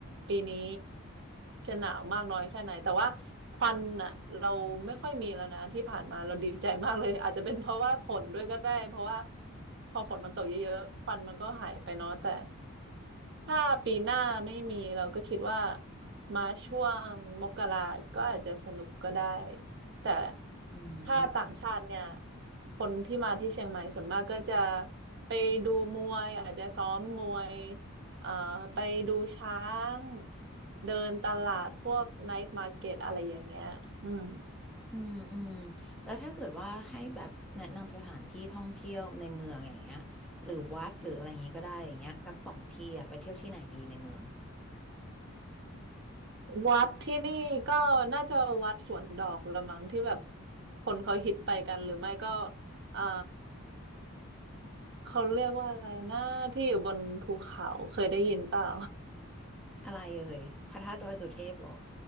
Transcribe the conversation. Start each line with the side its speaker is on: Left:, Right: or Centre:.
Right: ปีนี้จะหนาวมากน้อยแค่ไหนแต่ว่าควันอ่ะเราไม่ค่อยมีแล้วนะที่ผ่านมาเราดีใจมากเลยอาจจะเป็นเพราะว่าฝนด้วยก็ได้เพราะว่าพอฝนมันตกเยอะๆควันมันก็หายไปเนาะแต่ ถ้าปีหน้าไม่มีเราก็คิดว่ามาช่วงมกราก็อาจจะสนุกก็ได้ แต่
Centre: อืม
Right: ถ้าต่างชาติเนี่ย คนที่มาที่เชียงใหม่ส่วนมากก็จะไปดูมวยอาจจะซ้อมมวยเอ่อไปดูช้างเดินตลาดพวกไนท์มาร์เก็ตอะไรอย่างเงี้ยอืม
Centre: อืมอืมแล้วถ้าเกิดว่าให้แบบแนะนำสถานที่ท่องเที่ยวในเมืองอย่างเงี้ยหรือวัดหรืออะไรอย่างงี้ก็ได้อย่างเงี้ยสักสองที่อ่ะไปเที่ยวที่ไหนดีในเมือง
Right: วัดที่นี่ก็น่าจะวัดสวนดอกละมั้งที่แบบคนเขาฮิตไปกันหรือไม่ก็เอ่า เขาเรียกว่าอะไรนะที่อยู่บนภูเขาเคยได้ยินเปล่า
Centre: อะไรเอ่ยพระธาตุดอยสุเทพเหรอ